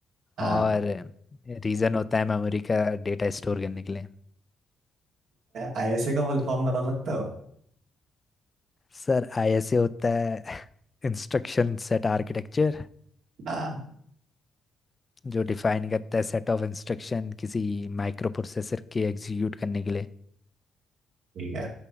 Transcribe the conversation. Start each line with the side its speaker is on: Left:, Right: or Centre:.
Right: हाँ
Left: और रीज़न होता है मेमोरी का डेटा स्टोर करने के लिए
Right: आई एस ए का फुल फॉर्म बता सकते हो
Left: सर आईएसए होता है <laughs> इंस्ट्रक्शन सेट आर्किटेक्चर
Right: हाँ
Left: जो डिफाइन करता है सेट ऑफ इंस्ट्रक्शन किसी माइक्रो प्रोसेसर के एग्जीक्यूट करने के लिए
Right: ठीक है